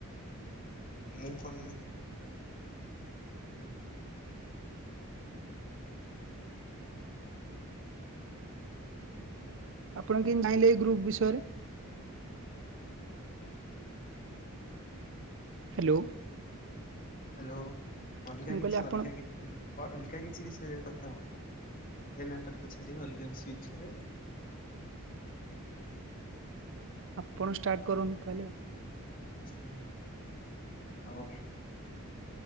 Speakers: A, on the left; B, on the right.
A: ମୁଁ କନ୍।
B: ଆପଣ କେହି ଚାହିଁଲେ ଏଇ ଗ୍ରୁପ ବିଷୟରେ। ହ୍ୟାଲୋ।
A: ହ୍ୟାଲୋ ଅଲଗା
B: ମୁଁ
A: କିଛି
B: କହିଲି ଆପଣ
A: ଅଲଗା କିଛି ଅଲଗା କିଛି ବିଷୟରେ କଥା ହୁଅନ୍ତୁ। ଏ ମ୍ୟାଟରକୁ ଛାଡି ଅଲଗା କିଛି ବିଷୟ ରେ
B: ଆପଣ ଷ୍ଟାର୍ଟ କରନ୍ତୁ ତାହେଲେ ଆଉ।
A: ହଁ ଆଉ।